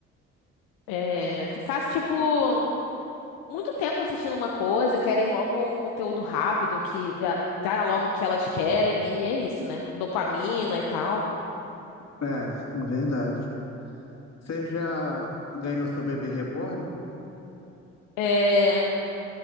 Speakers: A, on the left; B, on the left.
A: é, ficar, tipo, muito tempo assistindo uma coisa, querem logo um conteúdo rápido que já dá logo o que elas querem, e é isso, né? Dopamina e tal.
B: É, é verdade. Você já ganhou seu bebê reborn?
A: É.